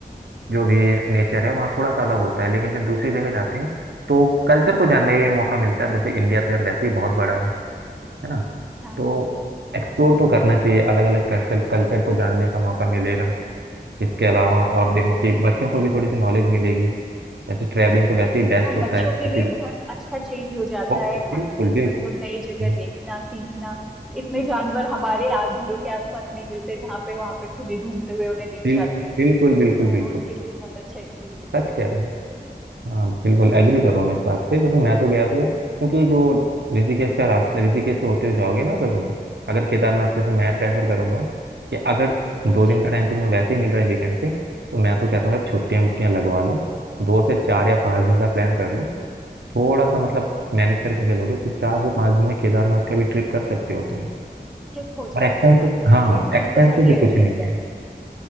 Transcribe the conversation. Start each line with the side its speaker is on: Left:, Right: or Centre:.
Right: जो भी नेचर है वहाँ थोड़ा सा अलग होता है लेकिन जब दूसरी जगह जाते हैं तो कल्चर को जानने का भी मौका मिलता है जैसे इंडिया तो यार वैसे ही बहुत बड़ा है है ना
Centre: हाँ
Right: तो एक्सप्लोर
Centre: जी
Right: तो करना चाहिए अलग अलग कल्चर कल्चर को जानने का मौका मिलेगा इसके अलावा और
Centre: बिल्कुल
Right: देखो
Centre: आप
Right: कि
Centre: बिल्कुल
Right: बच्चों
Centre: सही
Right: को भी थोड़ी
Centre: कह रहे
Right: सी नॉलेज
Centre: हैं
Right: मिलेगी वैसे ट्रैवलिंग तो वैसे ही बेस्ट
Centre: हाँ
Right: होता
Centre: बच्चों
Right: है किसी
Centre: के लिए
Right: भी।
Centre: बहुत अच्छा चेंज हो जाता
Right: बहुत
Centre: है खासकर
Right: बिल्कुल बिल्कुल
Centre: मतलब नई जगह
Right: हम्म,
Centre: देखना सीखना इतने जानवर हमारे आ- घरों के आसपास नहीं मिलते जहाँ पे वहाँ पे खुले घूमते हुए उन्हें दिख
Right: बिल्कुल
Centre: जाते हैं
Right: बिल्कुल बिल्कुल
Centre: तो वो
Right: बिल्कुल
Centre: उनके लिए बहुत अच्छा एक्सपीरियंस
Right: सच
Centre: है
Right: कह रहे हो
Centre: ये तो सही
Right: हाँ बिल्कुल
Centre: हाँ
Right: एग्री कर रहा हूँ मैं इस बात से जैसे मैं तो गया था क्योंकि जो ऋषिकेश का रास्ता ऋषिकेश से होते हुए जाओगे ना अगर तुम अगर केदारनाथ
Centre: हम्म,
Right: जैसे मैं प्रेफर करूंगा कि अगर
Centre: अच्छा
Right: दो दिन का टाइम तुम्हें वैसे ही मिल रहा है वीकेंड पे तो मैं तो कहता हूँ यार छुट्टियाँ वुट्टियाँ लगवा लो दो से चार या पाँच दिन का प्लान कर लो थोड़ा सा मतलब मैनेज करके चलोगे तो चार से पाँच दिन में केदारनाथ का भी ट्रिप कर सकते हो तुम
Centre: ट्रिप हो
Right: और
Centre: जाएगा
Right: एक्सपेंसिव
Centre: साथ में
Right: हाँ
Centre: ये तो
Right: एक्सपेंसिव
Centre: बिल्कुल सही
Right: भी कुछ
Centre: आइडिया
Right: नहीं
Centre: दिया आपने
Right: है